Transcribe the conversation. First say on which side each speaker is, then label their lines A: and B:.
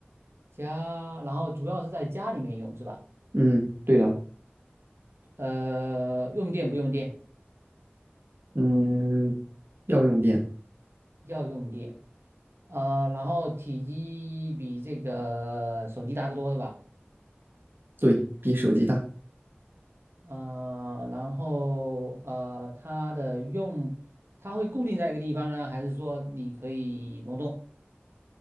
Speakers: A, on the right; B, on the right.
A: 家，然后主要是在家里面用是吧？
B: 嗯，对的，
A: 呃，用电不用电？
B: 嗯，要用电，
A: 要用电。呃，然后体积比这个手机大得多，对吧？
B: 对，比手机大，
A: 呃，然后呃，它的用，它会固定在一个地方呢，还是说你可以挪动？